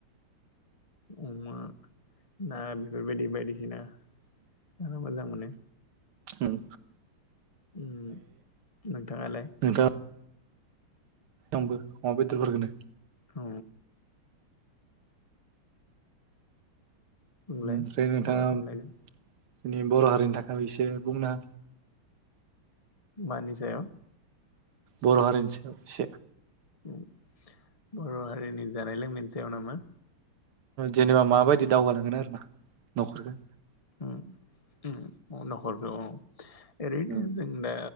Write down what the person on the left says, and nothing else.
अ-अमा ना बेफोरबायदि बायदिसिना जानो मोजां माने
उ नोंथाङालाय?
औ। बुंलाय
मा सोंनायदों
मानिसायाव
ओम बर हारिनि जानाय लोंनायनि सायाव नामा?
<unintelligible> ओरैनो
जों दा